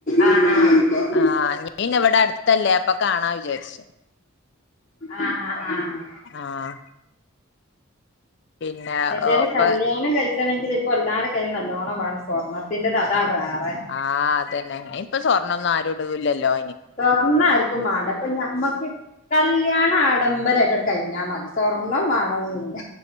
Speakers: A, on the left; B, on the left.
A: ആഹ്, ആഹ്
B: ആഹ്, <unintelligible> ഇവടെ അടുത്തല്ലേ അപ്പൊ കാണാ വിചാരിച്ചു.
A: ആഹ്, ആഹ്, ആഹ്
B: ആഹ്. പിന്നെ
A: ഏതായാലും
B: ഇപ്പ
A: കല്ല്യാണം കഴിച്ചണങ്കില് പ്പൊ എല്ലാരെ കയ്യിലും നല്ലോണ്ണം വേണം. സ്വർണ്ണത്തിന്റെത് അതാ വേറെ.
B: ആഹ്, അതന്നേ. ഒന്നും ആരും ഇടൂലല്ലോ.
A: സ്വർണ്ണാര്ക്കും മാണ്ട. പ്പം ഞമ്മക്ക് കല്ല്യാണം ആഡംബരായിട്ടട് കഴിഞ്ഞാ മതി. സ്വർണ്ണം മാണൊന്നില്ല.